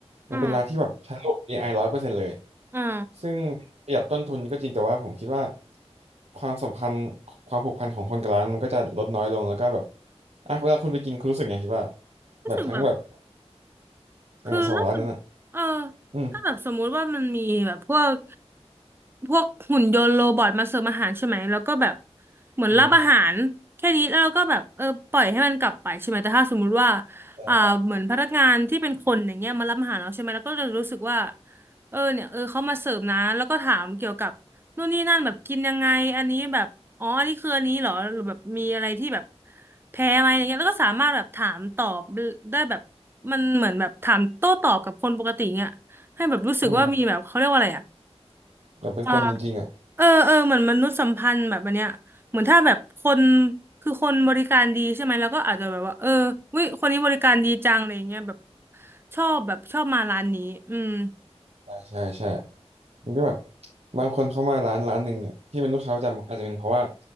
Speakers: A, on the right (about 20°); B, on the right (about 65°).
A: อ่า
B: มันเป็นร้านที่แบบใช้ระบบ AI ร้อยเปอร์เซ็นต์เลย
A: อ่า
B: ซึ่งประหยัดต้นทุนก็จริงแต่ว่าผมคิดว่าความสัมพันธ์ความผูกพันของคนกับร้านมันก็จะลดน้อยลงแล้วก็แบบอ่ะเวลาคุณไปกินคุณรู้สึกไงคิดว่า
A: รู้สึกแบบ
B: แบบทั้งแบบ เออสองร้านนั้นอ่ะ
A: คือถ้าเกิเออ
B: อืม
A: ถ้าแบบสมมุติว่ามันมีแบบพวกพวกหุ่นยนต์โรบอทมาเสิร์ฟอาหารใช่ไหมแล้วก็แบบเหมือนรับอาหารแค่นี้แล้วเราก็แบบเออปล่อยให้มันกลับไปใช่ไหมแต่ถ้าสมมุติว่า
B: อืมแต่
A: อ่าเหมือนพนักงานที่เป็นคนอย่างเงี้ยมารับอาหารเราใช่ไหมแล้วก็จะรู้สึกว่าเออเนี่ยเออเขามาเสิร์ฟนะแล้วก็ถามเกี่ยวกับ นู่นนี่นั่นแบบกินยังไงอันนี้แบบอ๋ออันนี้คืออันนี้เหรอหรือแบบมีอะไรที่แบบแพ้ไหมอะไรเงี้ยแล้วก็สามารถแบบถามตอบได้แบบมันเหมือนแบบถามโต้ตอบกับคนปกติเงี้ยให้แบบรู้สึกว่ามีแบบเขาเรียกว่าอะไรอ่ะ
B: อืมแต่เป็นคนจริงๆอ่ะ
A: เออเออเออเหมือนมนุษยสัมพันธ์แบบอันเนี้ยเหมือนถ้าแบบคนคือคนบริการดีใช่ไหมแล้วก็อาจจะแบบว่าเออวิคนนี้บริการดีจังอะไรเงี้ยแบบชอบแบบชอบมาร้านนี้อืม
B: ใช่าใช่ใช่มันก็แบบบางคนเข้ามาร้านร้านหนึ่งเนี่ยที่เป็นลูกค้าประจำอาจจะเป็นเพราะว่า